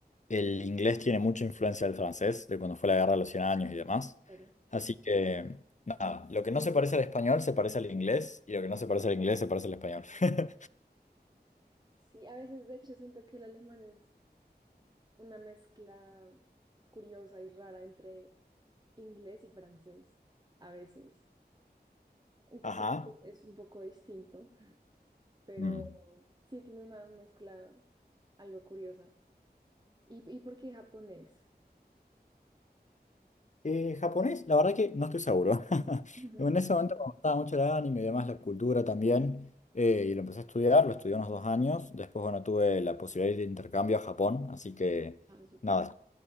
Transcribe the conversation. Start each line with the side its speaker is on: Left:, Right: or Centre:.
Left: el inglés tiene mucha influencia del francés, de cuando fue la guerra de los 100 años y demás.
Right: Claro.
Left: Así que, nada, lo que no se parece al español se parece al inglés y lo que no se parece al inglés se parece al español. <laughs>
Right: Sí, a veces de hecho siento que el alemán es una mezcla curiosa y rara entre inglés y francés, a veces, aunque
Left: Ajá.
Right: pues es un poco distinto, pero
Left: Mm.
Right: sí tiene una mezcla algo curiosa. ¿Y, y por qué japonés?
Left: Eh, japonés, la verdad que no estoy seguro. <laughs>
Right: Ujú.
Left: En ese momento me gustaba mucho el anime y demás, la cultura también, eh, y lo empecé a estudiar, lo estudié unos dos años. Después, bueno, tuve la posibilidad de ir de intercambio a Japón, así que
Right: Ah, súper.
Left: nada,